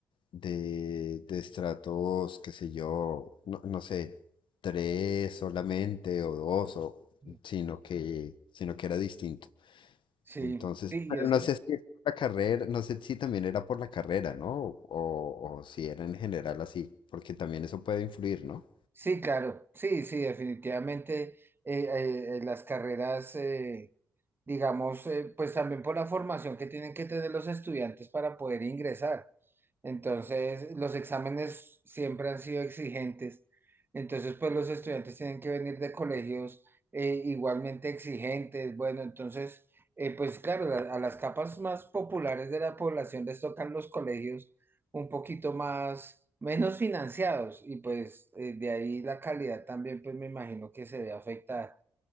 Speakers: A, on the left; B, on the right.
A: de, de estratos, qué sé yo, no, no sé, tres solamente o dos, o,
B: sí.
A: sino que, sino que era distinto.
B: Sí,
A: Entonces,
B: sí,
A: pero
B: y eso.
A: no sé si es por la carrera, no sé si también era por la carrera, ¿no? O, o si era en general así, porque también eso puede influir, ¿no?
B: Sí, claro, sí, sí, definitivamente eh, eh, eh, las carreras, eh, digamos, eh, pues también por la formación que tienen que tener los estudiantes para poder ingresar. Entonces, los exámenes siempre han sido exigentes. Entonces, pues los estudiantes tienen que venir de colegios eh, igualmente exigentes. Bueno, entonces, eh, pues claro, la- a las capas más populares de la población les tocan los colegios un poquito más, menos financiados y pues eh, de ahí la calidad también, pues me imagino que se ve afectada.